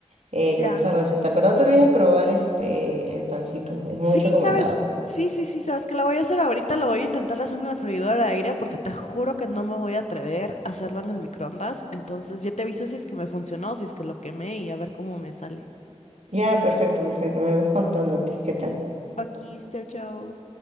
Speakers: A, on the right (about 75°); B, on the left (about 75°).
A: eh,
B: Ya.
A: con esa receta. Pero no te olvides de probar este, el pancito, es
B: Sí,
A: muy recomendado.
B: sabes, sí, sí, sí, sabes que lo voy a hacer ahorita, lo voy a intentar hacer en la freidora de aire porque te juro que no me voy a atrever a hacerlo en el microondas. Entonces ya te aviso si es que me funcionó, si es que lo quemé y a ver cómo me sale.
A: Ya, perfecto, perfecto. Me vas contando, Tiff, qué tal.
B: Aquí, chao, chao.